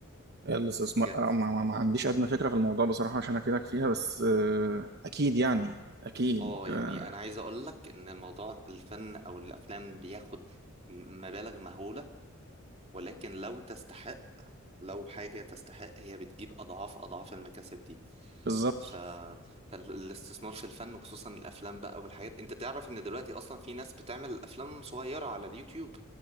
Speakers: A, on the right (about 50°); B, on the right (about 30°).
A: الاستثمار
B: جهل؟
A: آه، ما, ما, ما عنديش ادنى فكره في الموضوع بصراحه عشان افيدك فيها بس آه اكيد يعني اكيد
B: اه يعني
A: آه
B: انا عايز اقول لك ان الموضوع الفن او الافلام بياخد م- مبالغ مهولة ولكن لو تستحق لو حاجة تستحق هي بتجيب اضعاف اضعاف المكاسب دي
A: بالظبط
B: ف... فالاستثمار في الفن وخصوصا الافلام بقى والحاجات انت تعرف ان دلوقتي اصلا في ناس بتعمل افلام صغيره على اليوتيوب